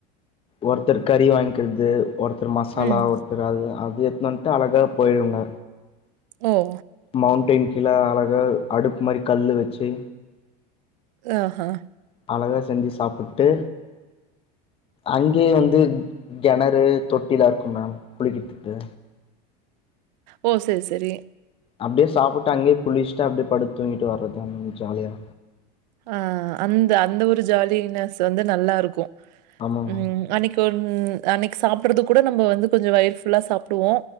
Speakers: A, on the left; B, on the right.
A: ஒருத்தர் கறி வாங்கிக்கிறது ஒருத்தர் மசாலா
B: ம்.
A: ஒருத்தர் அது அது எத்துனு வன்ட்டு அழகாக போய்டுங்க
B: ஓ ஓ
A: மௌண்டெய்ன் கீழ அழகா அடுப் மாரி கல்லு வச்சு
B: அ ஹா
A: அழகா செஞ்சு சாப்புட்டு அங்கேயே வந்து கெணறு தொட்டிலா இருக்கும் மேம் குளிக்கிற்துக்கு
B: ஓ செரி செரி
A: அப்டியே சாப்புட்டு அங்கேயே குளிச்ட்டு அப்டியே படுத்து தூங்கிட்டு வர்றதா மேம் ஜாலியா
B: அ அந்த அந்த ஒரு ஜாலினஸ் வந்து நல்லா இருக்கு
A: ஆமா மேம்
B: ம் அன்னக் தொன் அன்னைக்கு சாப்புட்றது கூட நம்ம வந்து கொஞ்சோ வயர் ஃபுல்லா சாப்டுவோ